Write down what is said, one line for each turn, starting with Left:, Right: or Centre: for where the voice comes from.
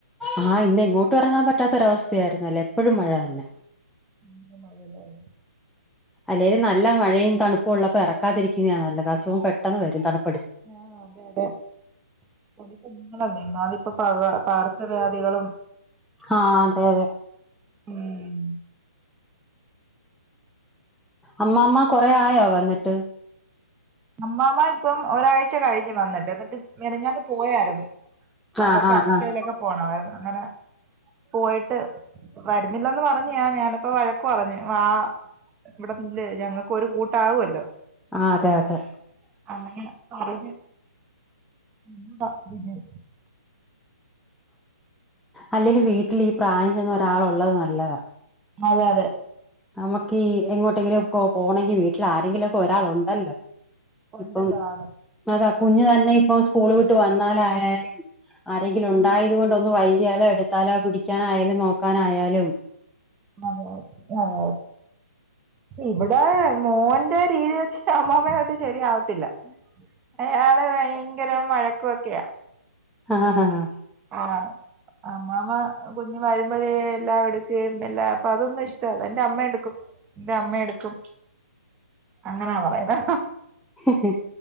Centre: ആഹ് ഇന്ന് എങ്ങോട്ടും ഇറങ്ങാൻ പറ്റാത്തൊരവസ്ഥയായിരുന്നല്ലേ എപ്പഴും മഴ തന്നെ
Right: ആഹ്
Centre: അല്ലേലും നല്ല മഴയും തണുപ്പും ഉള്ളപ്പോ ഇറക്കാതിരിക്കുന്നതാണ് നല്ലത് അസുഖം പെട്ടെന്ന് വരും തണുപ്പ്
Right: ആഹ് അതെ അതെ പൊടികുഞ്ഞുങ്ങളല്ലേ എന്നാലിപ്പ പക പകർച്ചവ്യാധികളും
Centre: ആ അതെ അതെ
Right: ഉം
Centre: അമ്മാമ്മ കൊറേ ആയോ വന്നിട്ട്
Right: അമ്മാമ്മ ഇപ്പം ഒരാഴ്ച കഴിഞ്ഞ് വന്നിട്ട് എന്നിട്ട് മിനിഞ്ഞാന്ന് പോയായിരുന്നു അവർക്ക്
Centre: ആഹ് ആഹ്
Right: അക്ഷയയിലൊക്കെ
Centre: ആഹ്
Right: പോണമായിരുന്നു. അങ്ങനെ പോയിട്ട് വരുന്നില്ലന്ന് പറഞ്ഞായാ ഞാനപ്പോ വഴക്ക് പറഞ്ഞു വാ ഇവിടെ നില്ല് ഞങ്ങക്കും ഒരു കൂട്ടാകുമല്ലോ
Centre: ആഹ് അതെ അതെ
Right: അങ്ങനെ പറഞ്ഞ് നിന്നതാ പിന്നെം
Centre: അല്ലെലും വീട്ടില് ഈ പ്രായം ചെന്ന ഒരാളുള്ളത് നല്ലതാ
Right: അതെ അതെ
Centre: നമുക്കീ എങ്ങോട്ടെങ്കിലും ഒക്കെ പോകണങ്കിൽ വീട്ടിൽ ആരെങ്കിലുമൊക്കെ ഒരാളുണ്ടല്ലോ
Right: ഉണ്ടല്ലോ
Centre: ഇപ്പം
Right: ആള്
Centre: അതാ കുഞ്ഞ് തന്നെ ഇപ്പം സ്കൂള് വിട്ട് വന്നാലായാലും ആരെങ്കിലും ഉണ്ടായത്
Right: ഉം
Centre: കൊണ്ട് ഒന്ന് വൈകിയാലോ എടുത്താലോ പിടിക്കാനായാലും നോക്കാനായാലും
Right: അതെ <unintelligible> ഇവിടെ മോന്റെ രീതി വെച്ചിട്ട് അമ്മാമ്മയുമായിട്ട് ശരിയാവത്തില്ല അയാള് ഭയങ്കരം വഴക്കുംഒക്കെയാ
Centre: ആഹ ഹ ഹാ
Right: ആഹ് അമ്മാമ്മ കുഞ്ഞ് വരുമ്പഴേ എല്ലാം എടുക്കുകയും എല്ലാ അപ്പൊ അതൊന്നും ഇഷ്ടമല്ല എന്റെ അമ്മ എടുക്കും എൻറെ അമ്മ എടുക്കും അങ്ങനാ പറയുന്നേ
Centre: ഹ് ഹ്